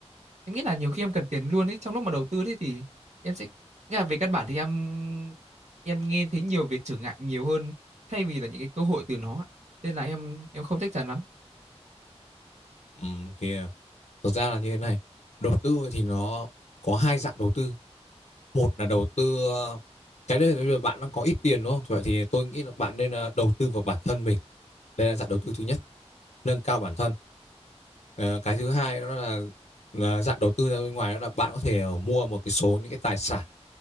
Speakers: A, on the right; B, on the left.
A: Em nghĩ là nhiều khi em cần tiền luôn ấy trong lúc mà đầu tư thế thì em sẽ nghĩa là về căn bản thì em em nghe thấy nhiều việc trở ngại nhiều hơn thay vì là những cái cơ hội từ nó ạ. nên là em em không chắc chắn lắm
B: Ừm, thì ờ, thực ra là như thế này. Đầu tư thì nó có hai dạng đầu tư. một là đầu tư ờ, cái đấy là bây bạn đang có ít tiền đúng không vậy thì tôi nghĩ là bạn nên ờ, đầu tư vào bản thân mình đây là dạng đầu tư thứ nhất nâng cao bản thân Ờ, cái thứ hai đó là, là dạng đầu tư ra bên ngoài đó là bạn có thể ờ, mua một cái số những cái tài sản